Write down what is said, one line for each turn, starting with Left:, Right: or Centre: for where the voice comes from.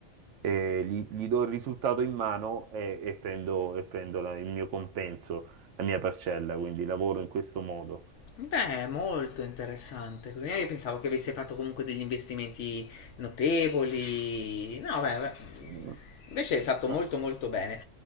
Right: eh, li- gli do il risultato in mano e, e prendo, e prendo la- il mio compenso, la mia parcella, quindi lavoro in questo modo.
Left: Beh, molto interessante. Così io pensavo che avesse fatto comunque degli investimenti notevoli. No, beh, beh,
Right: Mm.
Left: invece hai fatto molto
Right: Ah,
Left: molto bene.